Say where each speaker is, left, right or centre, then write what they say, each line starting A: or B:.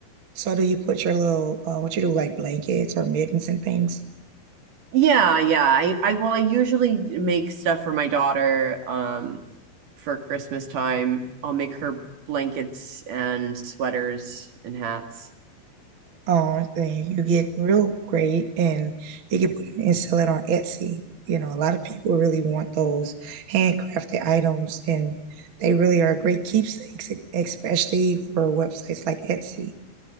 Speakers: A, on the right; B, on the right.
A: So do you put your little uh, what you do like blankets or mittens and things?
B: Yeah, yeah. I I well, I usually make stuff for my daughter um for Christmas time. I'll make her blankets and sweaters and hats.
A: um thing. You get real great and you can put it and sell it on Etsy. You know, a lot of people really want those handcrafted items and they really are great keepsakes, e-, especially for websites like Etsy.